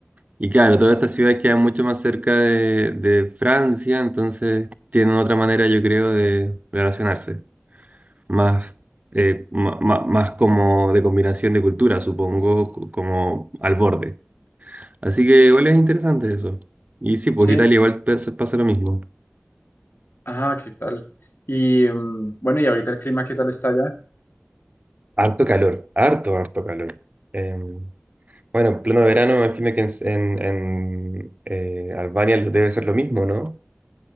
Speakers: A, on the right (about 35°); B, on the left (about 60°).
A: Y claro, todas estas ciudades quedan mucho más cerca de, de Francia, entonces tienen otra manera, yo creo, de relacionarse, más eh, ma- ma- más como de combinación de cultura, supongo, co- como al borde. Así que igual es interesante eso. Y sí, porque
B: Sí.
A: Italia
B: t-
A: igual pasa, pasa lo mismo.
B: Ah, ¿qué tal? Y mm, bueno, y ahorita el clima, ¿qué tal está allá?
A: Harto calor, harto, harto calor. Eh, bueno, en pleno verano, me imagino que en, en- en, eh, Albania debe ser lo mismo, ¿no?